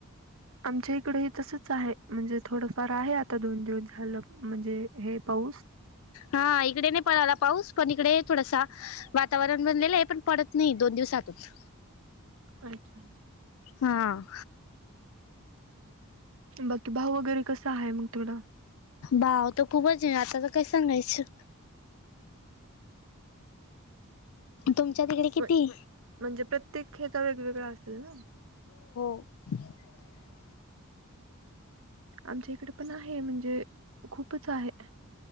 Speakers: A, on the right; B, on the left.
A: आमच्या इकडे हे तसच आहे म्हणजे थोडंफार आहे आता दोन दिवस झालं म्हणजे हे पाऊस. ह <inaudible>
B: हा इकडे नाही पळाला पाऊस पण इकडे थोडासा वातावरण बनलेलंये पण पडत नाही दोन दिवसातच.
A: अच्छ
B: हां.
A: बाकी भाऊ वगैरे कसा आहे मग थोडा
B: भाव तर खूपच आहे आता तर काय सांगायचं
A: ह
B: तुमच्या तिकडे किती
A: म्हणजे प्रत्येक खता वेगवेगळा असेल ना
B: हं
A: आमच्या इकडे पण आहे म्हणजे खूपच आहे